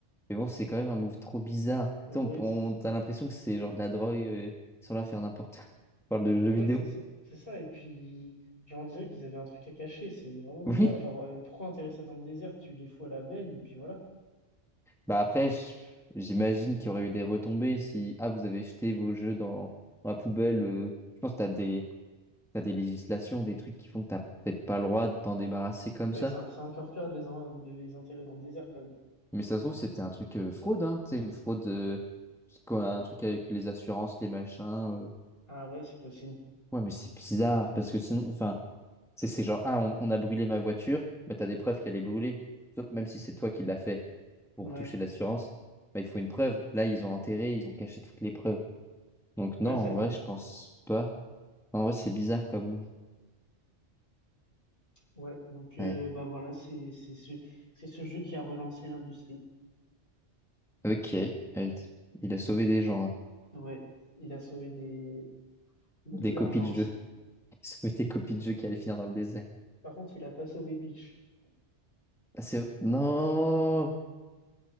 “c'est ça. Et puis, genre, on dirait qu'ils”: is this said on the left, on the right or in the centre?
Left